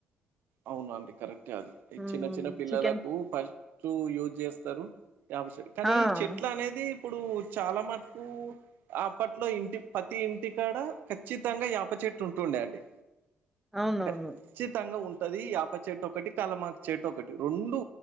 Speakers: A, on the right; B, in the centre.
A: అవున అండి కరెక్టే అది ఈ
B: హ్మ్.
A: చిన్న చిన్న పిల్లలకు
B: చికెన్
A: ఫస్ట్ యూజ్ చేస్తారు యప్ చే కానీ
B: ఆ
A: ఈ చెట్ల అనేది ఇప్పుడు చాలా మటుకు అప్పట్లో ఇంటి పతి ఇంటికాడ ఖచ్చితంగా యాప చెట్టు ఉంటుండే అండి
B: అవునవును.
A: ఖచ్చితంగా ఉంటది యాప చెట్టు ఒకటి కలమాక చెట్టు ఒకటి రెండు